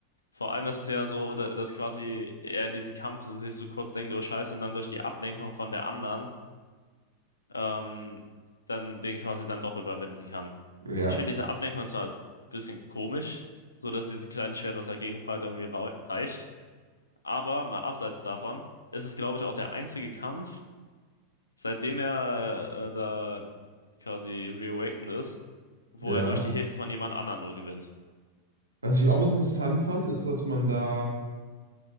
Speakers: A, on the left; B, on the right.
A: Vor allem ist es ja so, da- dass quasi er in diesem Kampf sich so kurz denkt, oh Scheiße, und dann durch die Ablenkung von der anderen, ähm, dann den quasi dann doch überwinden kann.
B: Ja,
A: Ich finde diese Ablenkung zwar ein bisschen komisch, so dass dieses kleine Schwert, was dagegen prallt, irgendwie rau- reicht. Aber mal abseits davon ist es, glaube ich, auch der einzige Kampf, seitdem er äh, da quasi reawakened ist, wo
B: ja.
A: er durch die Hilfe von jemand anderem nur gewinnt.
B: Was ich auch interessant fand, ist, dass man da